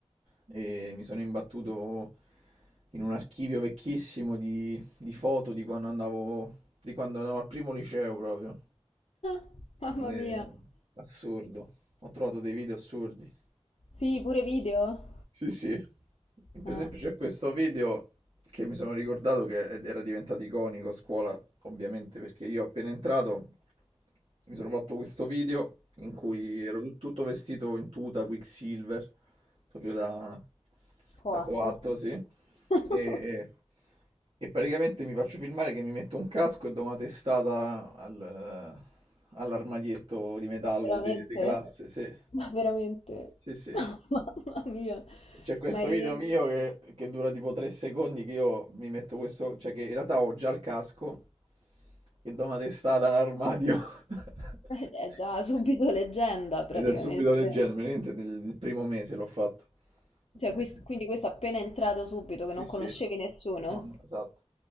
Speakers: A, on the right; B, on the left.
A: e mi sono imbattuto in un archivio vecchissimo di, di foto di quando andavo, di quando andavo al primo liceo proprio.
B: <laughs> mamma
A: Eh,
B: mia.
A: assurdo. Ho trovato dei video assurdi.
B: Sì, pure video?
A: Sì, sì. Per
B: Eh,
A: esempio c'è questo video che mi sono ricordato che ed- era diventato iconico a scuola, ovviamente, perché io appena entrato mi sono fatto questo video in cui ero tut- tutto vestito in tuta Quicksilver, proprio da,
B: coatto.
A: da coatto, sì.
B: <laughs>
A: E, e praticamente mi faccio filmare che mi metto un casco e do una testata al- all'armadietto di metallo
B: Ma veramente?
A: de, de classe, sì,
B: Ma veramente?
A: sì, sì.
B: <laughs> Mamma mia.
A: C'è questo
B: Ma eri...
A: video mio che, che dura tipo 3 secondi che io mi metto questo, cioè che in realtà ho già il casco e do una testata a un armadio. <laughs>
B: eh, È già subito leggenda praticamente.
A: Ed è subito leggero, veramente nel, nel primo mese l'ho fatto.
B: Cioè,
A: Eh,
B: quis- quindi questo appena è entrato subito,
A: Sì,
B: che non
A: sì.
B: conoscevi nessuno.
A: No, no, esatto.